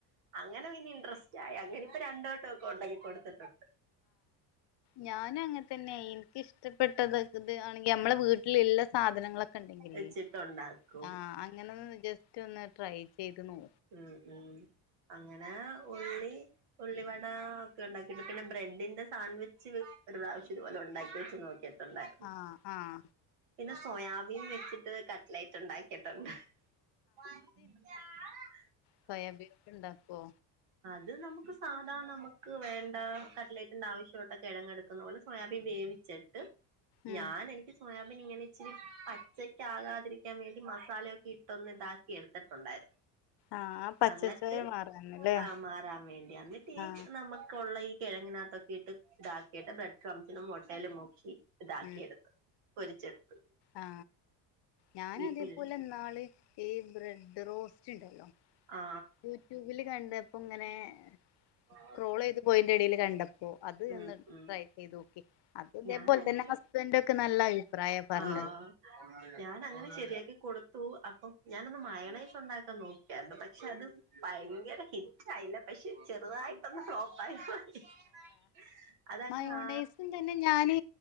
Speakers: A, on the right; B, on the left.
A: അങ്ങനെ പിന്നെ ഇൻട്രസ്റ്റ് ആയി. അങ്ങനെ ഇപ്പൊ രണ്ടുവട്ടം ഒക്കെ ഉണ്ടാക്കി കൊടുത്തിട്ടണ്ട്.
B: ഞാന് അങ്ങനെ തന്നെ എനിക്കിഷ്ടപ്പെട്ടത് ഇത് ആണെങ്കി നമ്മളെ വീട്ടില് ഇള്ള സാധനങ്ങളൊക്കെ ക്കൊണ്ടെങ്കിലേ
A: വെച്ചിട്ടുണ്ടാക്കും
B: ആ അങ്ങനെ ജസ്റ്റ് ഒന്ന് ട്രൈ ചെയ്ത് നോ
A: ഉം ഉം അങ്ങനെ ഉള്ളി ഉള്ളിവട ഒക്കെ ഉണ്ടാക്കിട്ട് പിന്നെ ബ്രെഡിന്റെ സാൻവിച്ച് ഒരു പ്രാവശ്യം ഇതുപോലെ ഉണ്ടാക്കി വെച്ച് നോക്കിയ ട്ടുണ്ടായിരുന്നു.
B: ആ ആ
A: പിന്നെ സോയാബീൻ വെച്ചിട്ട് കട്ട്ലൈറ്റ് ഉണ്ടാക്കീട്ടുണ്ട്. <unintelligible>
B: സോയാബി ഉണ്ടാകോ
A: ഇത് നമുക്ക് സാധാരണ നമുക്ക് വേണ്ട കറ്റ്ലൈറ്റിന്റെ ആവശ്യമായിട്ട് കിഴങ്ങങ് എടുക്കുന്ന പോലെ സോയാബീൻ വേവിച്ചു ചിട്ട്
B: ഉം
A: ഞാൻ എനിക്ക് സോയ ഇങ്ങനെ ഇച്ചിരി പച്ചക്ക ആകാതിരിക്കാൻ വേണ്ടി മസാലൊക്കെ ഇട്ടൊന്ന് ഇതാക്കി എടുത്തിട്ടുണ്ടായിരുന്നു
B: ആഹ് ആ പച്ചച്ചോയ
A: എന്നിട്ട്
B: മാറാനല്ലേ
A: ആ മാറാൻ വേണ്ടി എന്നിട്ട് ഈ
B: ആഹ്
A: നമുക്കുള്ള ഈ കിഴങ്ങിനകത്തൊക്കെയിട്ട് ഇതാക്കിയിട്ട് ബ്രെഡ് ക്രസിനും മുട്ടയിലും മുക്കി ഇതാക്കിയെടുത്ത്
B: ഉ
A: പൊരിച്ചെടുത്ത്
B: ആ ഞാൻ
A: ഈ
B: അതേപോലെ
A: പിൾ
B: ഇന്നാള് ഈ ബ്രെഡ് റോസ്റ്റ് ഉണ്ടല്ലോ
A: ആ
B: യൂട്യൂബില് കണ്ടപ്പ ഇങ്ങനെ
A: ആ
B: സ്ക്രോൾ ചെയ്ത് പോയിന്റെ ഇടൽ കണ്ടപ്പ അ അത്ന്ന്
A: ഉം ഉം
B: ട്രൈ ചെയ്ത് നോക്കെ അത് അതേപോലെ
A: ഞാനങ്ങനെ
B: തന്നെ ഹസ്ബൻഡ ഒക്കെ നല്ല അഭിപ്രായം പറഞ്ഞു
A: ആ ഞാൻ അങ്ങനെ ശരിയാക്കി കൊടുത്തു അപ്പം ഞാനൊന്ന് മയണേ ഉണ്ടാക്കാൻ നോക്കിയണ്ട് പക്ഷെ അത് ഭയങ്കര ഹിറ്റ് ആയില്ല പക്ഷെ ചെറുതായിട്ടൊന്ന് ഫ്ലോപ്പായി <unintelligible> അതങ്ങ്
B: മയോണ്ടേസും
A: ആ
B: തന്നെ ഞാന്